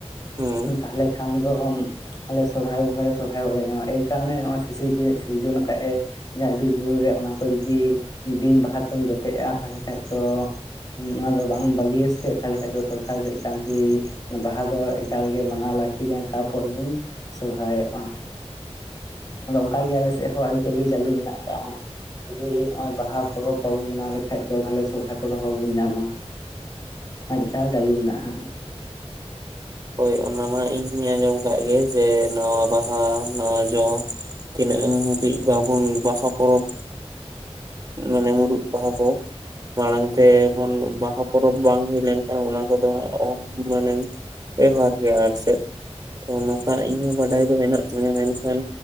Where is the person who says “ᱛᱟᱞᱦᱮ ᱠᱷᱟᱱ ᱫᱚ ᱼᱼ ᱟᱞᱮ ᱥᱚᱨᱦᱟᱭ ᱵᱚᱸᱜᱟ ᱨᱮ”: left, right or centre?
Left